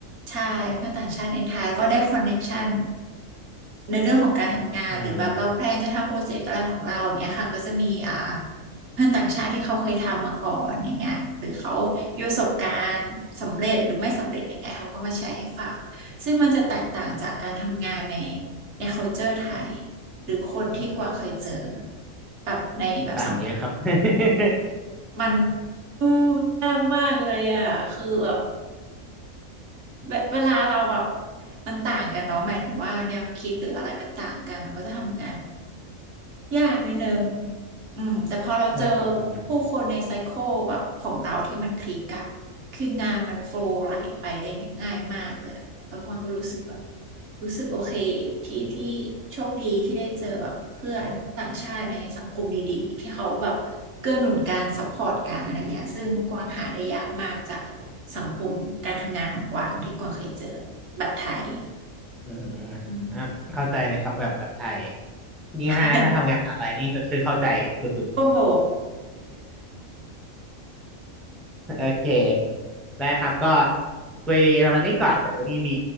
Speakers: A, on the right; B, in the centre.
A: ใช่เพื่อนต่างชาติในไทยแล้วก็ได้คอนเน็กชัน ในเรื่องของการทำงานหรือแบบเราแพลนจะทำโปรเจกต์อะไรของเราอย่างเงี้ยค่ะก็จะมีอ่า
B: อืม
A: เพื่อนต่างชาติที่เขาเคยทำมาก่อนอย่างเงี้ยหรือเขามีประสบการณ์สำเร็จหรือไม่สำเร็จยังไงเขาก็มาแชร์ให้ฟังซึ่งมันจะแตกต่างจากการทำงานในใน culture ไทยหรือคนที่กวางเคยเจอแบบในแบบสังคม
B: ต่างเยอะครับ <laughs>
A: มันอืมยากมากเลยอ่ะคือแบบเวเวลาเราแบบมันต่างกันเนาะหมายถึงว่าแนวคิดหรืออะไรมันต่างกันมันก็จะทำงาน ยากนิดนึงอืมแต่พอเราเจอผู้คนในไซเคิลแบบของเราที่มันคลิกอะ
B: ใช่ครับผม
A: คืองานมันโฟลว์ไหลไปได้ง่ายมากเลยอะแล้วกวางก็รู้สึกแบบรู้สึกโอเคที่ที่โชคดีที่ได้เจอแบบเพื่อนต่างชาติในสังคมดีๆที่เขาแบบเกื้อหนุนการซัพพอร์ตการอะไรเงี้ยซึ่งกวางหาได้ยากมากจากสังคมการทำงานของกวางที่กวางเคยเจอแบบไทย
B: อืม
A: อืม
B: ครับเข้าใจเลยครับแบบแบบไทยยิ่งถ้าถ้าทำงานมหาลัยนี่ก็คือเข้าใจ
A: <laughs>
B: สุด
A: โอ้โห
B: ๆ <laughs> โอเคได้ครับก็คุยประมาณนี้ก่อนเดี๋ยวตัวนี้มี